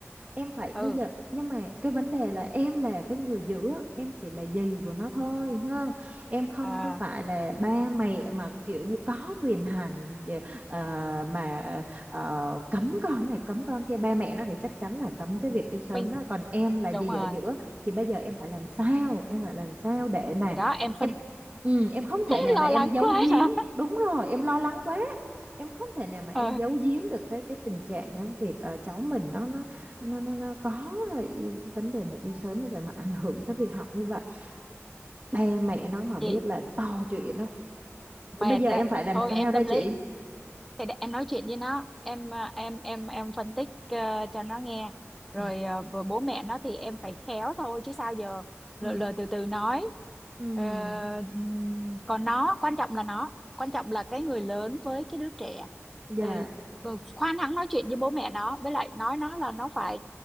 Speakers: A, on the right; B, in the centre.
A: em phải
B: ừ
A: bây giờ nhưng mà cái vấn đề là em là cái người giữ em chỉ là dì của nó thôi ha em không
B: à
A: có phải là ba mẹ mà kiểu như có quyền hành ờ, ờ, mà ờ, cấm con này cấm con kia ba mẹ nó thì chắc chắn là cấm cái việc yêu sớm
B: mình
A: đó còn em là
B: đúng
A: dì
B: rồi
A: ở giữa thì bây giờ em phải làm sao em phải làm sao để mà
B: thì đó em phân
A: em ừ, em không thể
B: <laughs>
A: nào
B: lo
A: mà em
B: lắng
A: giấu
B: quá
A: giếm
B: hả <laughs>
A: đúng rồi em lo lắng quá em không thể nào mà em
B: ờ
A: giấu giếm được cái cái tình trạng á, việc ờ, cháu mình nó nó nó, nó, nó có rồi, vấn đề mà yêu sớm như vậy mà ảnh hưởng tới việc học như vậy ba mẹ nó mà biết
B: chị
A: là to chuyện đó thì
B: mệt
A: bây giờ
B: á
A: em phải làm
B: thôi
A: sao
B: em
A: đây
B: tâm
A: chị
B: lý thì để em nói chuyện với nó em à, em em em phân tích ờ, cho nó nghe rồi
A: Ừ.
B: ờ, bố bố mẹ nó thì em phải khéo thôi chứ sao giờ
A: ừ
B: lờ lờ từ từ nói
A: ừ
B: Ờ, ừm, còn nó quan trọng là nó quan trọng là cái người lớn với cái đứa trẻ
A: dạ
B: Ờ, ờ, khoan hắng nói chuyện với bố mẹ nó với lại nói nó là nó phải